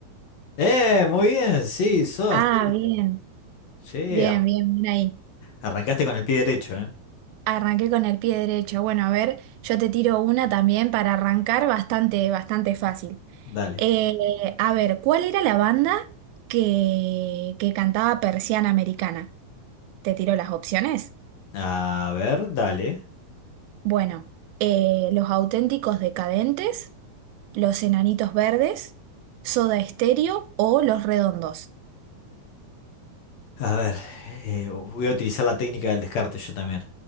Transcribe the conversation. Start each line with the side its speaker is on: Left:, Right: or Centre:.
Left: ¡Eh! Muy bien, sí, Soda
Right: Ah,
Left: Stereo.
Right: bien,
Left: Sí,
Right: bien,
Left: ar-
Right: bien, bien ahí.
Left: arrancaste con el pie derecho, ¿eh?
Right: Arranqué con el pie derecho. Bueno, a ver, yo te tiro una también para arrancar bastante, bastante fácil.
Left: Dale.
Right: Eh, a ver, ¿cuál era la banda que, que cantaba Persiana Americana? Te tiro las opciones.
Left: A ver, dale.
Right: Bueno, eh, Los Auténticos Decadentes, Los Enanitos Verdes, Soda Stereo o Los Redondos.
Left: A ver, eh, voy a utilizar la técnica del descarte yo también.